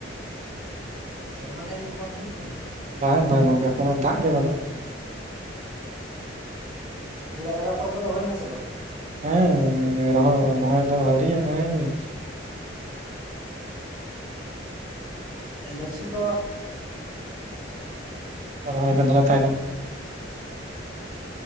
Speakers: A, on the right; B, on the right.
A: ᱥᱮᱨᱢᱟ ᱡᱟᱹᱲᱤ ᱠᱚ ᱵᱟᱝ ᱦᱩᱭᱩᱜ <unintelligible>
B: ᱵᱟᱝ ᱵᱟᱝ ᱜᱚᱢᱠᱮ ᱠᱳᱱᱳ ᱫᱟᱜ ᱜᱮ ᱵᱟᱹᱱᱩᱜ ᱠᱟᱫᱟ᱾
A: ᱛᱟᱦᱞᱮ <unintelligible> ᱠᱚᱫᱚ ᱦᱩᱭᱱᱟ ᱥᱮ ᱵᱟᱝ
B: ᱦᱮᱸ ᱨᱚᱦᱚᱭ ᱨᱚᱦᱚᱭ ᱫᱚ ᱟᱹᱣᱨᱤᱭᱟ <unintelligible>
A: ᱜᱟᱹᱪᱷᱤ ᱠᱚ
B: ᱨᱚᱦᱚᱭ ᱠᱚᱫᱚ ᱞᱮ ᱛᱟᱭᱱᱚᱢ